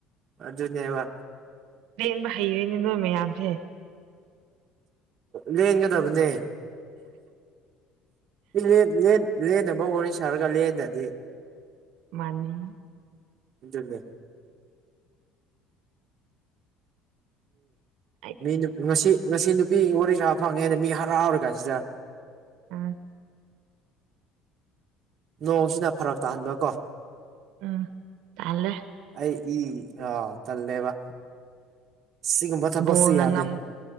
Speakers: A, on the right; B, on the right.
A: ꯑꯗꯨꯅꯦꯕ
B: ꯂꯦꯟꯕ ꯍꯩꯔꯦꯅꯦ ꯅꯣꯢ ꯃꯌꯥꯝꯁꯦ
A: ꯂꯦꯟꯒꯗꯕꯅꯦ ꯂꯦꯟ ꯂꯦꯟ ꯂꯦꯟꯅꯕ ꯋꯥꯔꯤ ꯁꯥꯔꯒ ꯂꯦꯟꯗꯗꯤ
B: ꯃꯥꯅꯤ
A: ꯑꯗꯨꯅꯤ
B: ꯑꯩ
A: ꯃꯤ ꯉꯁꯤ ꯉꯁꯤ ꯅꯨꯄꯤ ꯋꯥꯔꯤ ꯁꯥꯕ ꯐꯪꯉꯦꯅ ꯃꯤ ꯍꯥꯔꯥꯎꯔ ꯀꯥꯟꯁꯤꯗ
B: ꯎꯝ
A: ꯅꯣꯡꯁꯤꯅ ꯐꯔꯛ ꯇꯥꯍꯟꯕ ꯀꯣ
B: ꯎꯝ ꯇꯂꯦ
A: ꯑꯩ ꯏ ꯑꯥ ꯇꯜꯂꯦꯕ ꯁꯤꯒꯨꯝꯕ ꯊꯕꯛꯁꯦ
B: ꯕꯣꯜꯅ
A: ꯌꯥꯗꯦ
B: ꯉꯝ